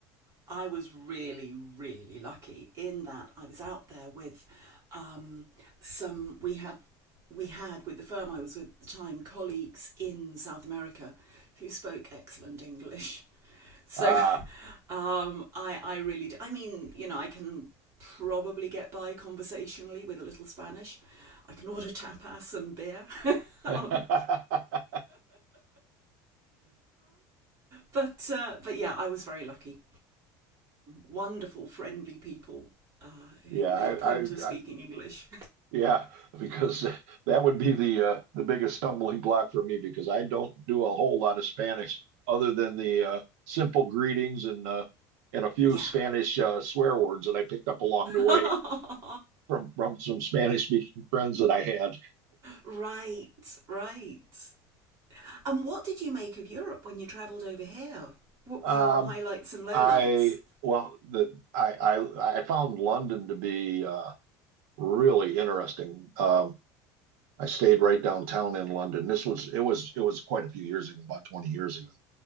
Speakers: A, on the right; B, on the right.
A: I was really, really lucky in that I was out there with um, some we had we had with the firm I was with at the time colleagues in South America who spoke excellent English. <laughs> So
B: Ah,
A: um, I I really do. I mean you know I can probably get by conversationally with a little Spanish. I can order <laughs> tapas and beer, <laughs> um,
B: <laughs> yeah,
A: but uh, but yeah I was very lucky. wonderful, friendly people uh, who
B: I,
A: made a point
B: I,
A: of speaking
B: I,
A: English.
B: yeah, because that would be the uh, the biggest stumbling block for me because I don't do a whole lot of Spanish other than the uh, simple greetings and uh, and a few
A: <laughs>
B: Spanish
A: yeah.
B: uh, swear words that I picked up along the way.
A: <laughs>
B: from from some Spanish speaking friends that I had.
A: right, right. And what did you make of Europe when you travelled over here? What
B: Um,
A: were your highlights and lowlights?
B: I well, the I, I I found London to be uh, really interesting. Um, I stayed right downtown in London. This was it was it was quite a few years ago, about 20 years ago.